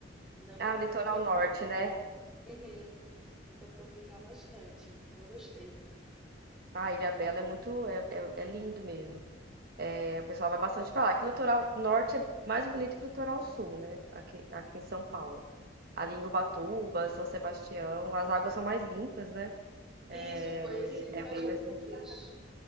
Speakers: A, in the centre; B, on the right.
A: Não deu para
B: Ah, o litoral
A: aproveitar.
B: norte, né?
A: Uhum. Deu para aproveitar bastante. Eu gostei.
B: Ah, Ilhabela é muito, é, é, é lindo mesmo. O pessoal vai bastante pra lá. Que o litoral norte é mais bonito que o litoral sul, né? Aqui, aqui em São Paulo. Ali em Ubatuba, São Sebastião, as águas são mais limpas, né?
A: E Isso
B: É
A: foi esse trajeto
B: é bem mais
A: que
B: bonito.
A: eu fiz.